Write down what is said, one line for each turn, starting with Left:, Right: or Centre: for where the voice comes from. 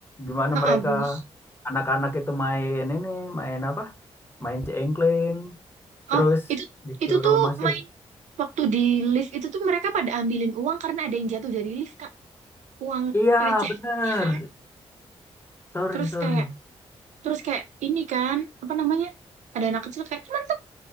Left: gimana
Right: Heeh,
Left: mereka
Right: bagus.
Left: anak-anak itu main ini main apa main cengkling terus
Right: Oh, itu
Left: disuruh
Right: itu tuh
Left: masuk
Right: main waktu di lift itu tuh mereka pada ambilin uang karena ada yang jatuh dari lift, Kak. Uang
Left: iya
Right: receh,
Left: benar
Right: ya kan?
Left: sorry
Right: Terus
Left: sorry
Right: kayak terus kayak ini kan, apa namanya? Ada anak kecil kayak cuman tuh